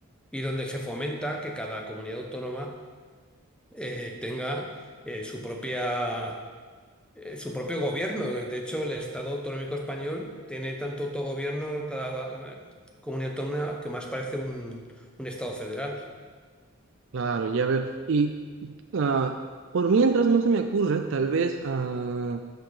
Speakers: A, in the centre; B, on the right.
A: y donde se fomenta que cada comunidad autónoma eh, tenga eh, su propia eh, su propio gobierno. De hecho, el Estado autonómico español tiene tanto autogobierno cada eh, comunidad autónoma que más parece un, un Estado federal.
B: claro, ya veo. Y ah, por mientras no se me ocurre, tal vez ah,